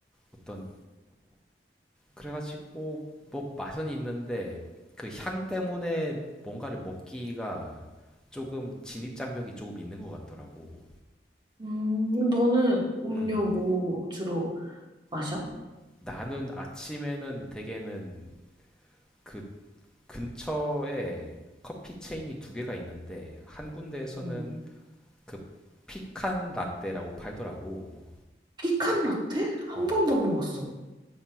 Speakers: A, in the centre; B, on the right.
A: 어떤 그래가지고 뭐 맛은 있는데 그 향 때문에 뭔가를 먹기가 조금 진입 장벽이 조금 있는 것 같더라고.
B: 음. 너는 음료
A: 음.
B: 뭐 주로 마셔?
A: 음. 나는 아침에는 대개는 그 근처에 커피 체인이 두 개가 있는데 한 군데에서는
B: 음.
A: 그 피칸 라떼라고 팔더라고.
B: 피칸 라떼? 한
A: 어.
B: 번도 안 먹었어.